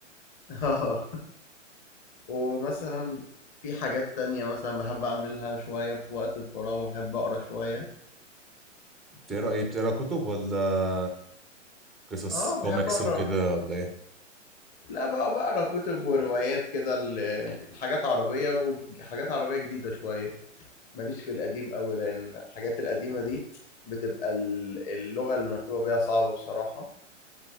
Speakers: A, on the left (about 20°); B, in the centre.
A: <laughs> آه. ومثلا في حاجات تانية مثلا بحب أعملها شوية في وقت الفراغ بحب أقرأ شوية
B: <laughs> بتقرا ايه بتقرا كتب ولا قصص
A: اه
B: كوميكس
A: باحب اقرا
B: وكده ولا ايه
A: لأ بقى باقرا كتب وروايات كده ل لحاجات عربية وج حاجات عربية جديدة شوية، ماليش في القديم أوي، لأن الحاجات القديمة دي بتبقى ال اللغة اللي مكتوبة بيها صعبة بصراحة،